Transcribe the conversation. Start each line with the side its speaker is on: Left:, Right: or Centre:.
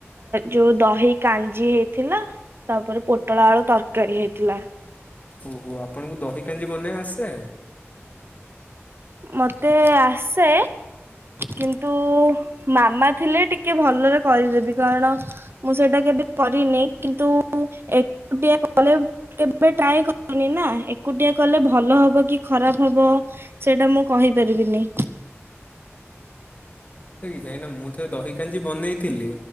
Right: ଯୋଉ ଦହି କାଞ୍ଜି ହେଇଥିଲା ତାପରେ ପୋଟଳ ଆଳୁ ତରକାରୀ ହେଇଥିଲା।
Left: ଓହୋ ଆପଣଙ୍କୁ ଦହି କାଞ୍ଜି ବନେଇ ଆସେ
Right: ମତେ ଆସେ କିନ୍ତୁ ମାମା ଥିଲେ ଟିକେ ଭଲରେ କରିଦେବି କାରଣ ମୁଁ ସେଇଟା କେବେ କରିନି କିନ୍ତୁ ଏକୁଟିଆ କଲେ କେବେ ଟ୍ରାଏ କରନି ନା ଏକୁଟିଆ କଲେ ଭଲ ହବ କି ଖରାପ ହବ ସେଇଟା ମୁଁ କହିପାରିବିନି।
Left: କାହିଁକି ନା ମୁଁ ତ ଦହି କାଞ୍ଜି ବନେଇଥିଲି।